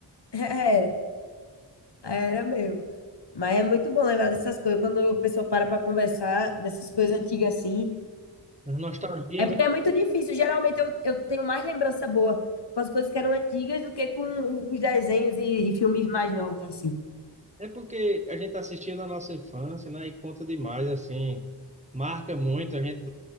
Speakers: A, on the left (about 70°); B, on the right (about 15°).
A: <laughs> Era, era mesmo. Mas é muito bom lembrar dessas coisas, quando a pessoa para pra conversar dessas coisas antigas assim,
B: A nostalgia,
A: É
B: né?
A: porque é muito difícil. Geralmente eu, eu tenho mais lembrança boa com as coisas que eram antigas do que com os desenhos e, e filmes mais novos, assim.
B: É porque a gente assistiu na nossa infância, né? E conta demais, assim. Marca muito a gente